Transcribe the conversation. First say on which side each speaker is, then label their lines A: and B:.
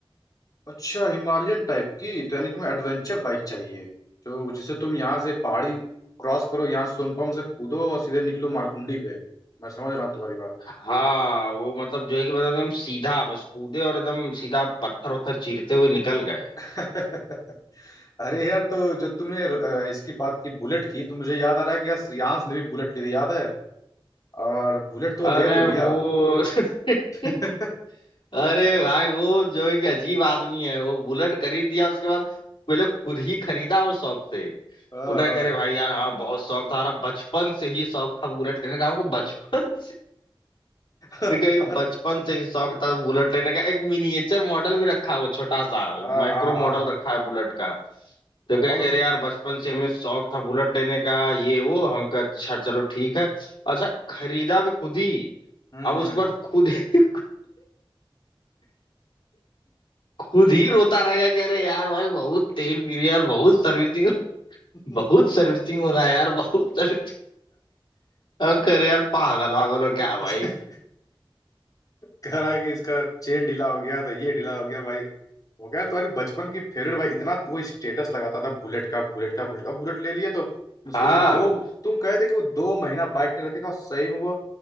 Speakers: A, on the left; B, on the left.
A: अच्छा हिमालयन टाइप की तो यानी तुम्हें एडवेंचर बाइक चाहिए जो जिसे तुम यहाँ से पहाड़ी क्रॉस करो यहाँ सोनपुर से कूदो और सीधे निकलो मारकुंडी पे मैं समझ रहा हूँ तुम्हारी बात
B: हाँ वो मतलब जो है कि मतलब एकदम सीधा बस कूदे और एकदम सीधा पत्थर वत्थर चीरते हुए निकल गए
A: <laughs> अरे यार तो जब तुमने अ, इसकी बात की बुलेट की तो मुझे याद आ रहा है कि यार श्रेयांश ने भी बुलेट ली थी याद है और बुलेट तो
B: अरे
A: ले तो लिया
B: वो <laughs>
A: <laughs>
B: अरे भाई वो जो एक अजीब आदमी है वो बुलेट खरीद दिया उसके बाद पहले खुद ही खरीदा वो शौक से
A: हाँ,
B: बोल रहे अरे भाई यार हाँ बहुत शौक था अरे बचपन से ही शौक था बुलेट लेने का हमको
A: हाँ,
B: बचपन <laughs> से
A: हाँ।
B: तो
A: <laughs>
B: कहे कि
A: और
B: बचपन से ही शौक था बुलेट लेने का एक मिनिएचर मॉडल भी रखा है वो छोटा सा
A: हाँ
B: माइक्रो
A: हाँ हाँ
B: मॉडल रखा है बुलेट का तो कहे
A: और
B: कि
A: उस
B: अरे यार बचपन से हमें शौक था बुलेट लेने का ये वो हमका अच्छा चलो ठीक है अच्छा खरीदा भी खुद ही
A: हम्म
B: अब उसके बाद खुद ही खुद ही रोता रहेगा कि अरे यार भाई बहुत तेल पी रही है यार बहुत सर्विसिंग
A: हम्म
B: बहुत सर्विसिंग हो रहा है यार बहुत सर्विसिंग हम कह रहे यार पागल वागल हो क्या
A: <laughs>
B: भाई
A: कह रहा है कि इसका चेन ढीला हो गया था ये ढीला हो गया भाई हो गया तुम्हारी बचपन की फेवरेट भाई इतना तो वो स्टेटस लगाता था बुलेट का बुलेट का बुलेट का अब बुलेट ले लिए तो मुश्किल
B: हाँ
A: से दो तुम कहे थे कि वो दो महीना बाइक नहीं रखेगा और सही में वो